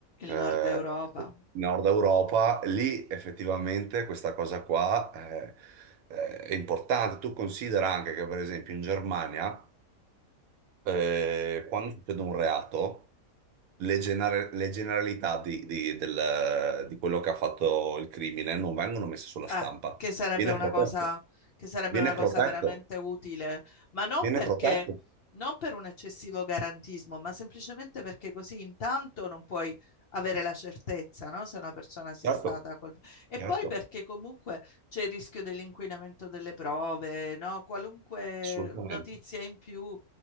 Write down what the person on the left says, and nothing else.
Il Nord Europa.
Eh, che sarebbe
una
cosa, che sarebbe
una cosa
veramente utile, ma non
perché,
non per un eccessivo garantismo, ma semplicemente perché così intanto non puoi avere la certezza, no? Se una persona sia
stata colpita. E
poi perché comunque c'è il rischio dell'inquinamento delle prove, no? Qualunque
notizia in più.